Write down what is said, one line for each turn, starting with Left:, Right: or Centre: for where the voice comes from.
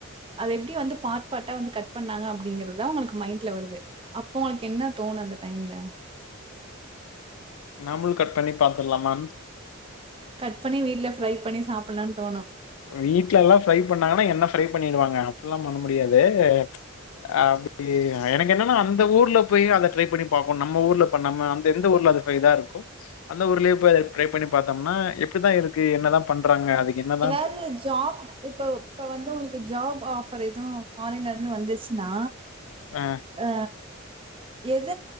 Right: அது எப்டி வந்து பாட் பாட்டா வந்து கட் பண்ணாங்க அப்டிங்கறதா உங்களுக்கு மைண்ட்ல வருது அப்ப உங்களுக்கு என்ன தோணுது டைம்ல
Left: நாம்பலு கட் பண்ணி பாத்துலாமா
Right: கட் பண்ணி வீட்டுல ஃப்ரை பண்ணி சாப்பலானு தோணு
Left: வீட்ல எல்லா ஃப்ரை பண்ணாங்கன்னா என்ன ஃப்ரை பண்ணிடுவாங்க அப்டிலா பண்ண முடியாது அ அப்டி எனக்கு என்னன்னா அந்த ஊர்ல போய் அத ட்ரை பண்ணி பாக்கூ நம்ம ஊர்ல நம்ம அந்த எந்த ஊர்ல அது இதா இருக்கோ அந்த ஊர்லே போய் அத ட்ரை பண்ணி பாத்தோம்னா எப்டிதா இருக்கு என்னதா பண்றாங்க அதுக்கு என்னதா
Right: அது ஜாப் இப்ப இப்ப வந்து உங்களுக்கு ஜாப் ஆஃபர் எது ஃபாரின்ல இருந்து வந்துச்சுன்னா
Left: அ,
Right: ஆ எத